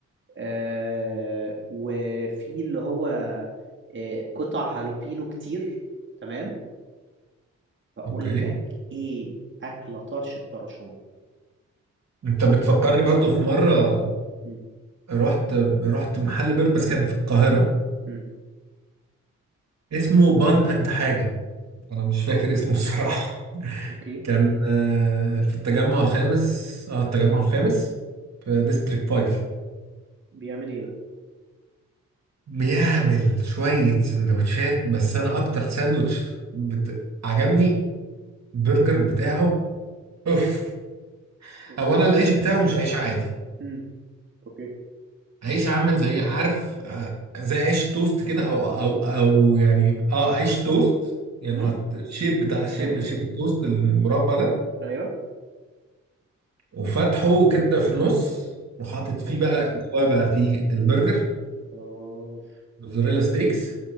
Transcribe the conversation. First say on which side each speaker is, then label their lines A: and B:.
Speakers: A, on the right; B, on the right.
A: آه وفي اللي هو آه قطع هالوبينو كتير تمام هقول
B: اوكي
A: لك ايه اكله طرش الطرشان
B: انت بتفكرني برضو في مره
A: امم
B: رحت رحت محل برجر بس كان في القاهره
A: امم
B: اسمه بان اند حاجه انا مش فاكر اسمه الصراحه <laughs>
A: اوكي
B: كان آه، في التجمع الخامس اه التجمع الخامس في ديستريكت 5
A: بيعمل ايه ده
B: بيعمل شويه سندوتشات بس انا اكتر ساندوتش بت... عجبني البرجر بتاعه اوف
A: اوبا
B: اولا العيش بتاعه مش عيش عادي
A: امم اوكي
B: عيش عامل زي عارف آه، زي عيش توست كده او او او يعني اه عيش توست يعني
A: امم
B: قط- الشيب بتاع الشيب
A: تمام
B: شيب التوست المربع ده
A: ايوه
B: وفتحه كده في النص وحاطط فيه
A: اوف
B: بقى جواه بقى فيه البرجر
A: اوف
B: موزاريلا ستيكس